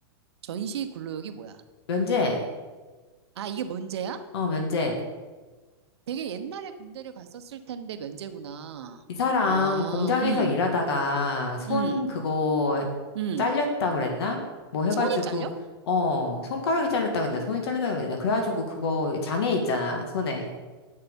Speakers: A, on the right; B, on the left.
A: 전시 근로역이 뭐야?
B: 면제.
A: 아, 이게 면제야?
B: 어, 면제.
A: 되게 옛날에 군대를 갔었을 텐데 면제구나.
B: 이 사람
A: 아,
B: 공장에서
A: 음,
B: 일하다가 손
A: 음,
B: 그거
A: 음.
B: 잘렸다 그랬나? 뭐 해가지고,
A: 손이 잘려?
B: 어, 손가락이 잘렸다 그랬나? 손이 잘렸다 그랬나? 그래가지고 그거 장애 있잖아, 손에.